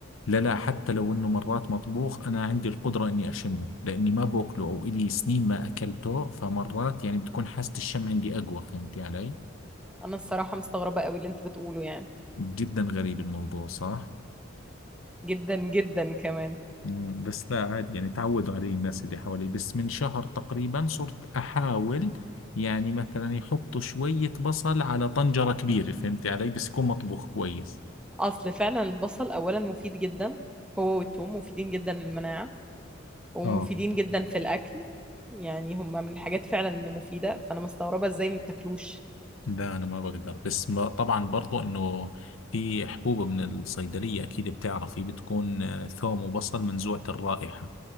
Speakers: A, on the left; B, in the centre.
A: لا لا حتى لو انه مرات مطبوخ انا عندي القدرة اني اشمه لاني ما باكله او الي سنين ما اكلته فمرات يعني بتكون حاسة الشم عندي اقوى فهمتي علي
B: انا الصراحه مستغربه قوي اللي انت بتقوله يعني
A: جدا غريب الموضوع صح
B: جدا جدا كمان
A: مم، بس لا عادي يعني تعودوا علي الناس اللي حوالي بس من شهر تقريبا صرت احاول يعني مثلا يحطوا شوية بصل على طنجرة كبيرة فهمتي علي بس يكون مطبوخ كويس
B: اصل فعلا البصل اولا مفيد جدا هو والثوم مفيدين جدا للمناعة ومفيدين
A: اه
B: جدا في الاكل يعني هما من الحاجات فعلا اللي مفيدة فانا مستغربة ازاي ما بتاكلوش
A: ده انا ما بقدر بس ما طبعا برضو انه في حبوب من الصيدليه اكيد بتعرفي بتكون آه، ثوم وبصل منزوعه الرائحه